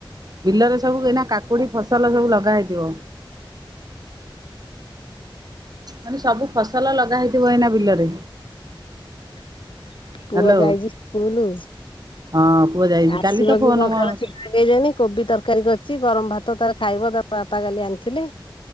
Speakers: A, on the right (about 50°); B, on the left (about 70°).
A: ବିଲରେ ସବୁ ଏଇନା କାକୁଡି ଫସଲ ସବୁ ଲଗା ହେଇଥିବ ମାନେ ସବୁ ଫସଲ ଲଗା ହେଇଥିବ ଏଇନା ବିଲରେ।
B: <inaudible> ପୁଅ
A: ହ୍ୟାଲୋ
B: ଯାଇଛି ସ୍କୁଲ
A: ହଁ ପୁଅ ଯାଇଛି
B: ଆସିବ
A: କାଲି ତ ଫୋନ
B: କି କଣ
A: ମୋ
B: ଖେଳ ଅଛି ଲଗେଇ ଯନି କୋବି ତରକାରୀ କରଛି ଗରମ ଭାତ ତାର ଖାଇବ ତ ବାପା କାଲି ଆଣିଥିଲେ।